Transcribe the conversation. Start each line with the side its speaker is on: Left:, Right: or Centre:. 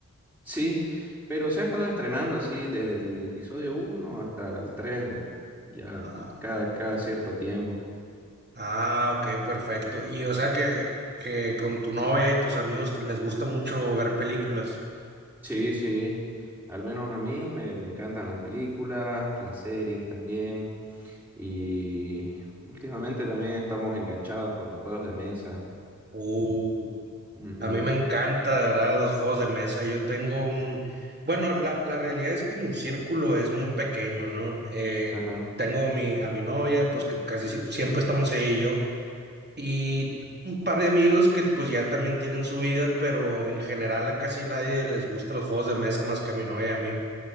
Centre: Sí, pero se ha estado estrenando así desde el episodio uno hasta el tres ¿no? ya
Right: Ah,
Centre: cada, cada cierto tiempo.
Right: ah, ok, perfecto. Y o sea que, que con tu novia y tus amigos te- les gusta mucho ver películas.
Centre: Sí, sí, al menos a mí me, me encantan las películas, las series también, y últimamente también estamos enganchados con los juegos de mesa.
Right: Uh,
Centre: Ujú,
Right: a mí me encanta, de ¿verdad? Los juegos de mesa. Yo tengo un... Bueno, la, la realidad es que mi círculo es muy pequeño, ¿no? Eh,
Centre: Ajá.
Right: tengo mi, a mi novia, pues que casi si- siempre estamos ella y yo. y un par de amigos que pues ya también tienen su vida, pero en general a casi nadie les gustan los juegos de mesa más que a mi novia y a mí.